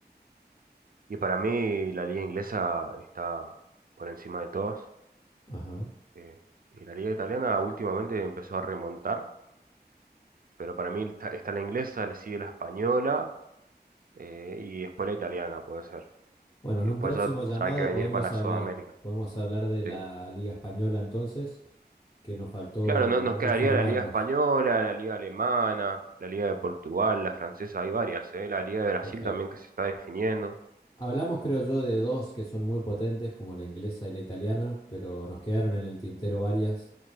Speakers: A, on the right; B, on the left.
A: Y para mí la liga inglesa está por encima de todas.
B: Ajá.
A: eh, y la liga italiana últimamente empezó a remontar pero para mí está, está la inglesa, le sigue la española eh, y después la italiana, puede ser.
B: Bueno,
A: Y
B: en
A: después
B: un próximo
A: ya,
B: llamado
A: ya hay que venir
B: podemos
A: para
B: hablar,
A: Sudamérica.
B: podemos hablar de la
A: Sí.
B: liga española entonces, que nos faltó
A: Claro, no, nos quedaría
B: informarnos.
A: la Liga Española, la Liga Alemana, la Liga de Portugal, la francesa, hay varias, eh, La Liga de Brasil
B: Perfecto.
A: también que se está definiendo.
B: Hablamos, creo yo, de dos que son muy potentes, como la inglesa y la italiana, pero nos quedaron en el tintero varias